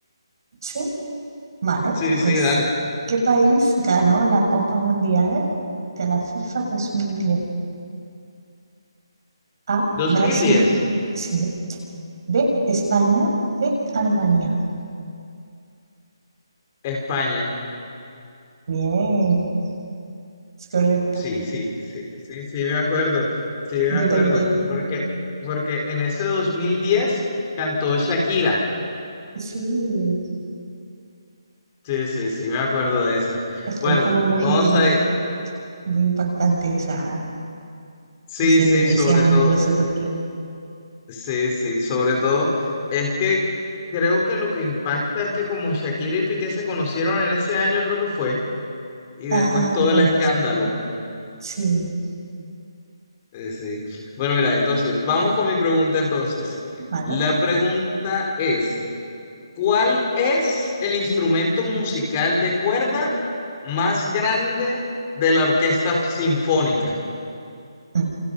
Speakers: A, on the right (about 50°); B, on the left (about 25°).
A: Sí. Vale,
B: sí,
A: pues,
B: sí, dale.
A: ¿qué país ganó la Copa Mundial de la FIFA 2010? A,
B: dos
A: Brasil,
B: mil diez
A: sí. B, España, C, Alemania.
B: España.
A: Bien, es correcto.
B: Sí, sí, sí, sí, sí, me acuerdo. Sí, me
A: Yo
B: acuerdo.
A: también.
B: Porque, porque en ese 2010 cantó Shakira.
A: Sí,
B: Sí, sí, sí, me acuerdo de esa. Bueno,
A: fue como muy,
B: vamos a...
A: muy impactante esa,
B: Sí,
A: ese,
B: sí, sobre
A: ese año,
B: todo,
A: no sé por qué.
B: sí, sí, sobre todo, es que creo que lo que impacta es que como Shakira y Piqué se conocieron en ese año, creo que fue, y después
A: Ah,
B: todo
A: pues
B: el escándalo.
A: sí. Sí,
B: Eh, Sí. Bueno, mira, entonces, vamos con mi pregunta entonces.
A: vale.
B: La pregunta es, ¿cuál es el instrumento musical de cuerda más grande de la orquesta sinfónica?
A: Mm.